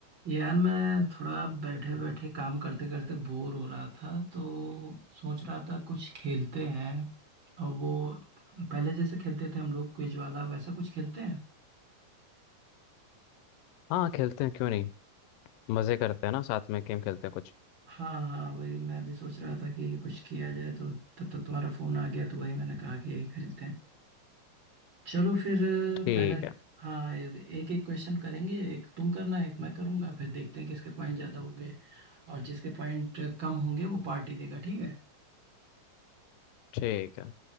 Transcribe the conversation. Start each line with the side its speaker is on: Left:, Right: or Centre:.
Right: यार मैं थोड़ा बैठे बैठे काम करते करते बोर हो रहा था तो सोच रहा था कुछ खेलते हैं और वो पहले जैसे खेलते थे हम लोग क्विज वाला वैसा कुछ खेलते हैं
Left: हाँ खेलते हैं क्यों नहीं मजे करते हैं ना साथ में गेम खेलते हैं कुछ
Right: हाँ हाँ वही मैं भी सोच रहा था कि कुछ किया जाए तो तब तक तुम्हारा फोन आ गया तो वही मैंने कहा कि यही खेलते हैं चलो फिर
Left: ठीक
Right: पहला
Left: है
Right: हाँ एक एक क्वेश्चन करेंगे एक तुम करना एक मैं करूंगा फिर देखते हैं किसके पॉइंट ज्यादा होंगे और जिसके पॉइंट कम होंगे वो पार्टी देगा ठीक है
Left: ठीक है